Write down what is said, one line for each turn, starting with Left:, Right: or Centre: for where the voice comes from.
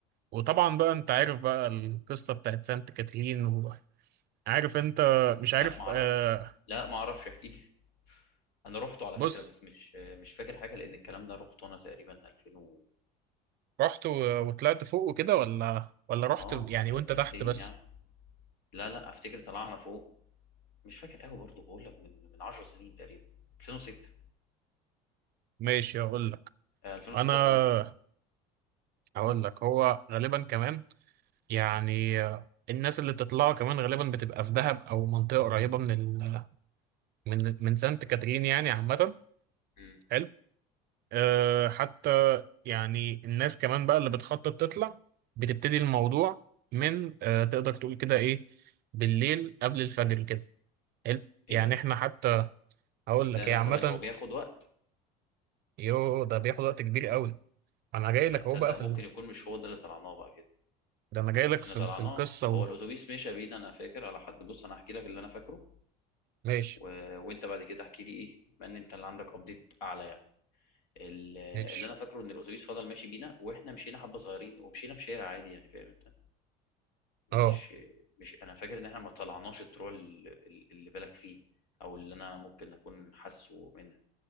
Right: وطبعا بقى أنت عارف بقى القصة بتاعت سانت كاترين وعارف أنت مش عارف
Left: لا ما اعرف
Right: آه،
Left: لا ما اعرفش احكي لي <laughs> انا روحته على
Right: بص
Left: فكره بس مش مش فاكر حاجه لان الكلام ده روحته انا تقريبا 2006
Right: رحت و- وطلعت فوق وكده ولا ولا رحت
Left: اه
Right: يعني
Left: بس ك-
Right: وأنت
Left: من
Right: تحت
Left: سنين
Right: بس
Left: يا عم لا لا افتكر طلعنا فوق مش فاكر قوي برضه بقول لك من من 10 سنين تقريبا 2006
Right: ماشي أقول لك
Left: آه 2016
Right: أنا
Left: قصدي
Right: هقول لك هو غالبا كمان يعني آه، الناس اللي بتطلعوا كمان غالبا بتبقى في دهب او منطقه قريبه من ال من من سانت كاترين يعني عامه
Left: مم.
Right: حلو أه حتى يعني الناس كمان بقى اللي بتخطط تطلع بتبتدي الموضوع من أه تقدر تقول كده ايه بالليل قبل الفجر كده حلو
Left: ايه
Right: يعني
Left: ده
Right: احنا حتى هقول
Left: لا
Right: لك
Left: لا
Right: هي عامه
Left: ثواني هو بياخد وقت
Right: يو ده بياخد وقت كبير قوي انا جاي
Left: لا
Right: لك
Left: تصدق
Right: اهو بقى في
Left: ممكن
Right: ال...
Left: يكون مش هو ده اللي طلعناه بقى كده
Right: ده انا جاي لك
Left: احنا
Right: في,
Left: طلعناه
Right: في القصه و...
Left: هو الاتوبيس مشى بينا انا فاكر على حد بص انا هحكي لك اللي انا فاكره
Right: ماشي
Left: و... وانت بعد كده احكي لي ايه بما ان انت اللي عندك ابديت اعلى يعني ال-
Right: ماشي
Left: اللي انا فاكره ان الاتوبيس فضل ماشي بينا واحنا مشينا حبه صغيرين ومشينا في شارع عادي يعني فاهم انت مش
Right: اه
Left: مش انا فاكر ان احنا ما طلعناش الطرق اللي اللي بالك فيه او اللي انا ممكن اكون حاسه منها